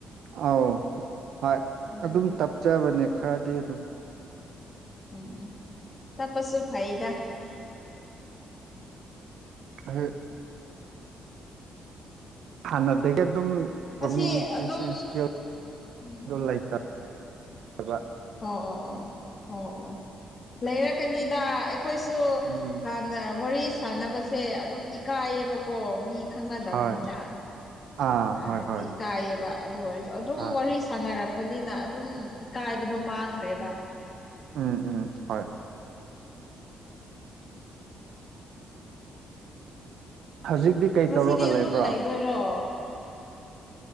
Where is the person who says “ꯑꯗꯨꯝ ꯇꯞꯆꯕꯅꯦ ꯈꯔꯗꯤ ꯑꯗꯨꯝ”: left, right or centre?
Right